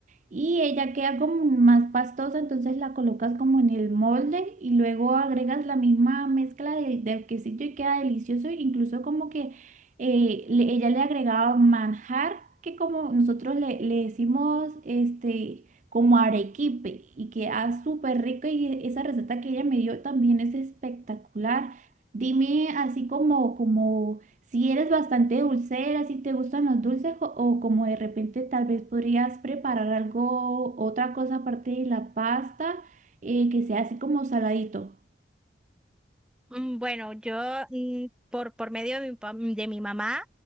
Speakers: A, on the right; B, in the centre.
A: y ella queda como más pastosa, entonces la colocas como en el molde y luego agregas la misma mezcla del, del quesillo y queda delicioso, incluso como que eh, le- ella le agregaba manjar que como nosotros le, le decimos este como arequipe y queda súper rico y e- esa receta que ella me dio también es espectacular. Dime así como, como si eres bastante dulcera, si te gustan los dulces o, o como de repente tal vez podrías preparar algo, otra cosa aparte de la pasta, eh, que sea así como saladito.
B: Mm, Bueno, yo mm, por, por medio de mi, pa- de mi mamá,